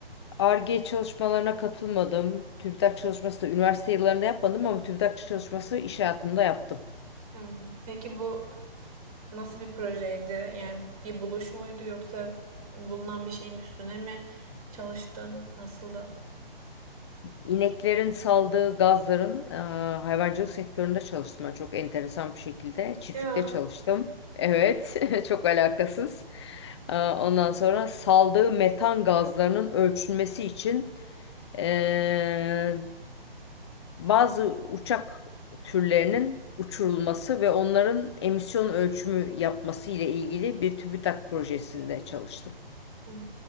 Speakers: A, on the left; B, on the right.
A: Ar-Ge çalışmalarına katılmadım. TÜBİTAK çalışması da üniversite yıllarında yapmadım ama TÜBİTAK çalışması iş hayatımda yaptım.
B: Hmm, Peki bu Nasıl bir projeydi? Yani bir buluş muydu yoksa bulunan bir şeyin üstüne mi çalıştın? Nasıldı?
A: İneklerin saldığı gazların e, hayvancılık sektöründe çalıştım ben çok enteresan bir şekilde. Çiftlikte
B: Ya
A: çalıştım. Evet, <laughs> çok alakasız. E, Ondan sonra saldığı metan gazlarının ölçülmesi için e, bazı uçak türlerinin uçurulması ve onların emisyon ölçümü yapması ile ilgili bir TÜBİTAK projesinde çalıştım.
B: Hı hı.